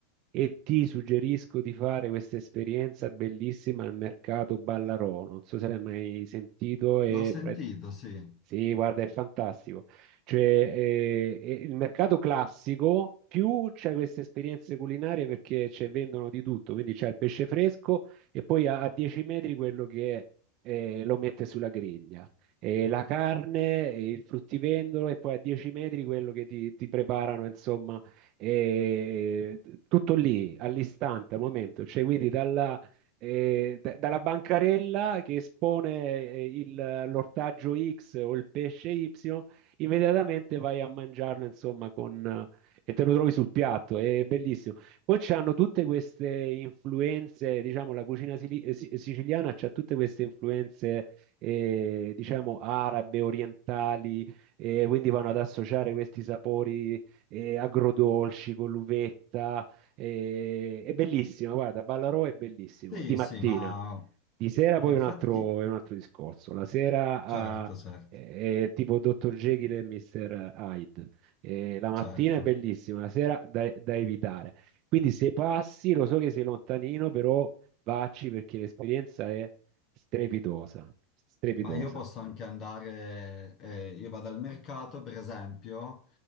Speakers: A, on the right; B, on the left.
A: e ti suggerisco di fare questa esperienza bellissima al mercato Ballarò. Non so se l'hai mai sentito. E...
B: L'ho sentito,
A: pre-
B: sì.
A: Sì, guarda, è fantastico. Cioè, eh, eh, il mercato classico, più c'è queste esperienze culinarie perché c'è- vendono di tutto, quindi c'è il pesce fresco e poi a, a 10 metri quello che eh, lo mette sulla griglia, e la carne, e il fruttivendolo e poi a 10 metri quello che ti, ti preparano, insomma, e- tutto lì, all'istante, al momento, cioè quindi dalla, eh, da- dalla bancarella che espone eh, il- l'ortaggio X o il pesce Y, immediatamente vai a mangiarlo, insomma, con, eh, e te lo trovi sul piatto, è bellissimo. Poi c'hanno tutte queste influenze, diciamo, la cucina sili- eh, si- siciliana c'ha tutte queste influenze, eh, diciamo, arabe, orientali, eh, quindi vanno ad associare questi sapori, eh, agrodolci con l'uvetta. eh, è bellissimo, guarda, Ballarò è bellissimo,
B: Sì,
A: di mattina.
B: sì, ma,
A: Di sera poi
B: ma infatti,
A: è un altro, è un altro discorso. La sera ah,
B: certo, certo,
A: è, è tipo Dr. Jekyll e Mr. Hyde. Eh, la mattina
B: certo.
A: è bellissima, la sera da, da evitare. Quindi se passi, lo so che sei lontanino, però vacci perché l'esperienza è strepitosa, strepitosa.
B: Ma io posso anche andare, eh, io vado al mercato per esempio,